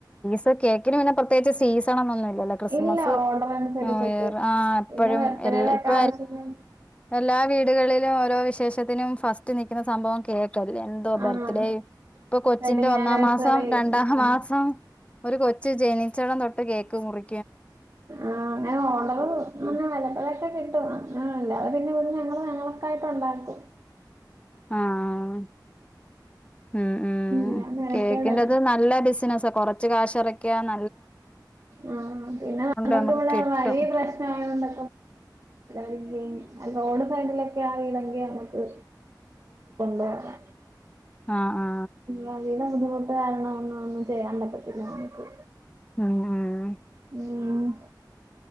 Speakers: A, on the left (about 15°); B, on the right (about 45°).
A: ഇ കേക്കിന് പിന്നെ പ്രത്യേയ്ച്ച് സീണണൊന്നും ഇല്ല വെല്ല ക്രിസ്മസ്
B: ഇല്ല ഓർഡർ അനുസരിച്ചൊക്കെ
A: അ അ എപ്പഴും
B: പിന്നെ ബർത്ത്ഡേയുടെ ഒക്കെ
A: ഇപ്പ
B: ആവശ്യത്തിന്
A: എല്ലാ വീടുകളിലോരോ വിശേഷത്തിനും ഫസ്റ്റ് നിക്ക്‌ണ സംഭവം കേക് <unintelligible> എന്തോ ബർത്ത്ഡേയും
B: ആഹ്
A: പ്പൊ കൊച്ചിന്റെ
B: വെഡിങ്
A: ഒന്നാം
B: ആനിവേഴ്സറി
A: മാസം രണ്ടാം
B: ഉം
A: ഹ മാസം ഒരു കൊച്ച് ജനിച്ച തൊട്ട് കേക്ക്‌മുറി
B: ആ ഞാ ഓർഡറ് <unintelligible> കിട്ടും <unintelligible> പിന്നെ എബടെ ഞങ്ങള് ഞങ്ങളൊക്കായിട്ടണ്ടാക്കും
A: ആഹ് ഉം ഉം
B: എല്ലാം മെനക്കേടല്ലേ
A: കേക്കിന്റെത് നല്ല ബിസിനസ കൊറച്ച് കാശ് എറ ക്ക്യാന
B: ആ പിന്നെ നമക്ക്‌
A: നമുക്ക്
B: ഇവിടെ
A: കിട്ടും
B: വഴി പ്രശ്നായത്ണ്ട് <inaudible> റോഡ് സൈഡിലൊക്കെ ആണെങ്കി നമുക്ക് <inaudible>
A: ആ ആ
B: വഴിയുടെ ബുദ്ധിമുട്ട് കാരണമൊന്നുമൊന്നും ചെയ്യാൻ പറ്റത്തില്ല നമുക്ക്
A: ഉം ഉം
B: മ്മ്